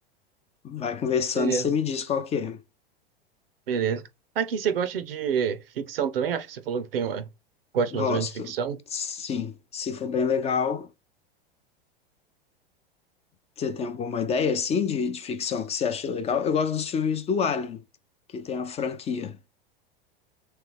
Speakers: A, on the left; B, on the right.
A: Vai conversando
B: Beleza,
A: e você me diz qual que é.
B: beleza. Aqui, você gosta de ficção também? Acho que você falou que tem uma. Gosta
A: Gosto.
B: mais ou menos de ficção.
A: Sim. Se for bem legal, você tem alguma ideia assim de, de ficção que você acha legal? Eu gosto dos filmes do Alien, que tem a franquia,